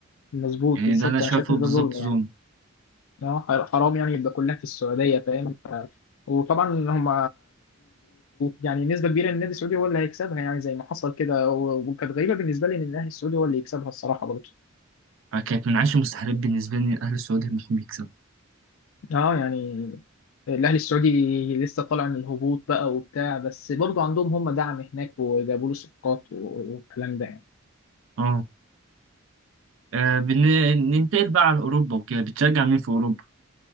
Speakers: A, on the left (about 70°); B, on the right (about 60°).
A: مظبوط
B: يعني
A: بالظبط
B: ده انا شايفه
A: أنا شايف إن
B: بالظبط
A: ده ظلم يعني
B: ظلم
A: اه حر- حرام يعني يبقى كلها في السعوديه فاهم ف- وطبعا هم يعني نسبه كبيره ان النادي السعودي هو اللي هيكسبها يعني زي ما حصل كده و- وكانت غريبه بالنسبه لي ان الاهلي السعودي هو اللي يكسبها الصراحه برضه
B: آه، كانت من عشر مستحيلات بالنسبه لي الاهلي السعودي انهم يكسبوا
A: اه يعني الاهلي السعودي لسه طالع من الهبوط بقى وبتاع بس برضه عندهم هم دعم هناك وجابوا له صفقات و- والكلام ده يعني
B: اه آه، بن- ننتقل بقى على اوروبا وكده بتشجع مين في اوروبا